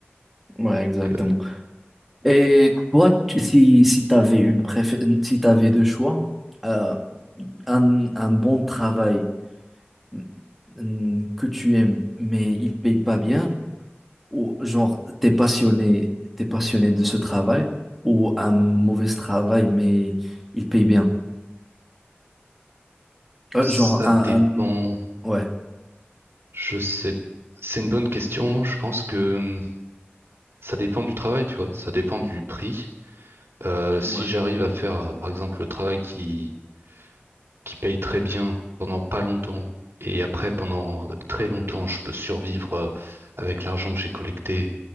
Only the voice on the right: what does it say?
Donc, euh,
ça
dépend
Je sais, c'est une bonne question. Je pense que hum, ça dépend du travail, tu vois. Ça dépend du prix. Euh, si
j'arrive à faire, euh, par exemple, le travail qui, qui paye très bien pendant pas longtemps, et après, pendant très longtemps, je peux survivre euh, avec l'argent que j'ai collecté